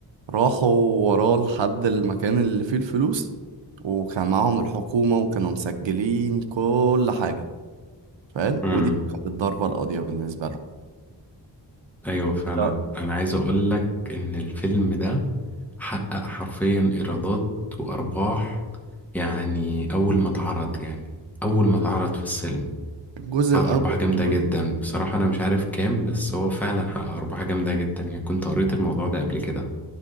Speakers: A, on the right (about 75°); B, in the centre.
A: راحوا وراه لحد المكان اللي فيه الفلوس وكان معاهم الحكومة وكانوا مسجلين كل حاجة فاهم
B: يعني
A: ودي كانت الضربة القاضية بالنسبة لهم
B: ايوه فعلا
A: لا
B: انا عايز اقول لك ان الفيلم ده حقق حرفيا ايرادات وارباح يعني اول ما اتعرض يعني اول ما اتعرض في السينما
A: الجزء
B: حقق
A: الأول
B: ارباح جامده
A: والجزء
B: جدا بصراحه انا مش عارف كام بس هو فعلا حقق ارباح جامده جدا يعني كنت قريت الموضوع ده قبل كده